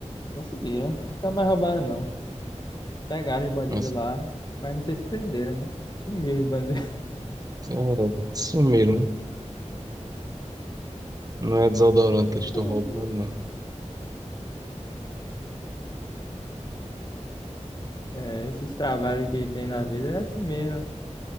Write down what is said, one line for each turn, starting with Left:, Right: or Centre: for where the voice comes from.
Left: Conseguiram. Nunca mais roubaram, não. Pegaram os bandidos
Right: Mas,
Left: lá, mas não sei se prenderam, né? Sumiram os bandidos.
Right: é, sumiram, né? Não é desodorante que eles estão
Left: <laughs>
Right: roubando, não.
Left: É, esses trabalhos que tem na vida é assim mesmo.